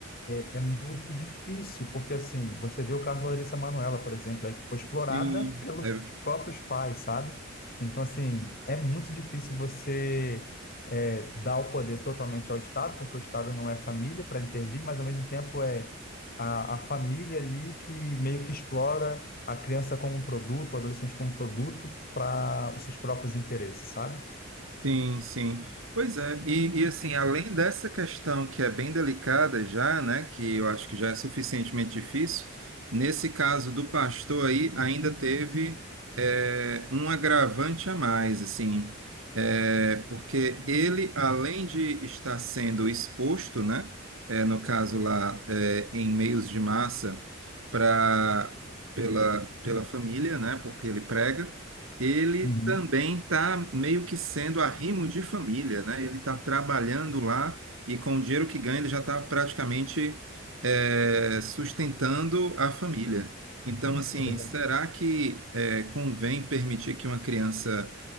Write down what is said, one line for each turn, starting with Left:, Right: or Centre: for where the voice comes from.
Left: é, é muito difícil, porque assim, você vê o caso da Larissa Manoela, por exemplo, é que foi explorada
Right: sim.
Left: pelos
Right: É
Left: próprios pais, sabe? Então, assim, é muito difícil você é, dar o poder totalmente ao Estado, porque o Estado não é família para intervir, mas ao mesmo tempo é a, a família ali que meio que explora a criança como um produto, o adolescente como um produto para os seus próprios interesses, sabe?
Right: Sim, sim. Pois é, e, e assim, além dessa questão que é bem delicada já, né, que eu acho que já é suficientemente difícil, nesse caso do pastor aí ainda teve é, um agravante a mais, assim, é, porque ele, além de estar sendo exposto, né, é, no caso lá, é, em meios de massa, para pela, pela família, né, porque ele prega, ele
Left: Uhum.
Right: também está meio que sendo arrimo de família, né? Ele está trabalhando lá e com o dinheiro que ganha ele já está praticamente é, sustentando a família. Então, assim,
Left: Exato.
Right: será que é, convém permitir que uma criança